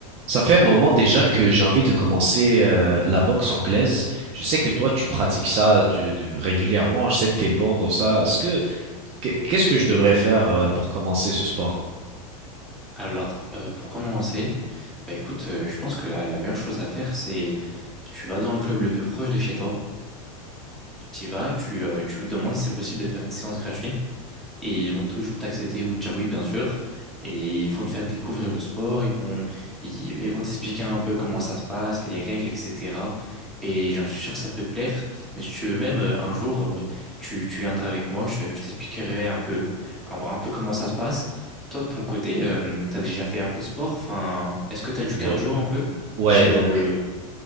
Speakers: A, on the right; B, in the centre.
A: Ça fait un moment déjà que j'ai envie de commencer euh, la boxe anglaise. Je sais que
B: Ok.
A: toi, tu pratiques ça tu- de- régulièrement. Je sais que t'es bon dans ça. Est-ce que qu'est- ce que je devrais faire euh, pour commencer ce sport?
B: Alors, euh, pour commencer, bah écoute, euh, je pense que la, la meilleure chose à faire, c'est tu vas dans le club le plus proche de chez toi, tu y vas, tu, euh, tu demandes si c'est possible de faire une séance gratuite. Et ils vont toujours t'accepter, ils vont te dire oui, bien sûr. Et ils vont te faire découvrir le sport, ils vont, ils, ils vont t'expliquer un peu comment ça se passe, les règles, etc. Et j'en suis sûr que ça peut te plaire. Mais si tu veux même, euh, un jour, euh, tu, tu viendras avec moi, je, je t'expliquerai un peu, un, un peu comment ça se passe. Toi, de ton côté, euh, t'as déjà fait un peu de sport? Enfin, est-ce que t'as du
A: Ouais.
B: cardio un peu?
A: Ouais,
B: Parce que
A: donc.
B: le...